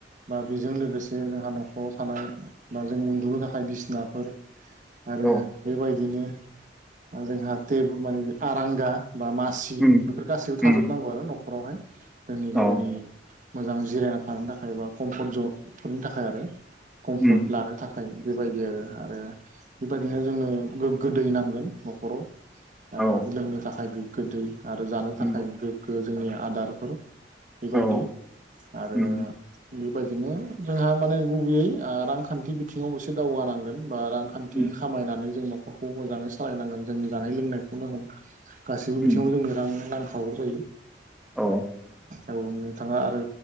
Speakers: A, on the right; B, in the centre.
A: बा बेजों लोगोसे जोंहा न'खराव थानाय बा जों उन्दुनो थाखाय बिसिनाफोर आरो
B: औ
A: बेबायदिनो जोंहा टे माने आरांगा बा मा सि
B: उम
A: बेफोर गासैबो थाजोबनांगौ
B: उम
A: आरो न'खरावहाय जोंनि गावनि
B: औ
A: मोजां जिरायनानै थानो थाखाय एा कम्फर्ट जन बेफोरनि थाखाय आरो कम्फर्ट
B: उम
A: लानो थाखाय थाखाय बेबायदि आरो आरो बेबायदिनो जोंनो गोग्गो दै नांगोन न'खराव ओ
B: औ
A: लोंनो थाखाय गोग्गो दै आरो जानो
B: नंगौ
A: थाखाय गोग्गो जोंनि आदारफोर बेबायदि
B: औ
A: आरो
B: उम
A: बेबायदिनो जोंहा माने गुबैयै ओ रांखान्थि बिथिङाव एसे दावगानांगोन बा रां खान्थि
B: उम
A: खामायनानै जों न'खरखौ मोजाङै सालायनांगोन जोंनि जानाय लोंनायखौनो होन गासैबो
B: उम
A: बिथिङाव जोंनो रां नांखागौ जायो
B: औ
A: औ नोंथाङा आरो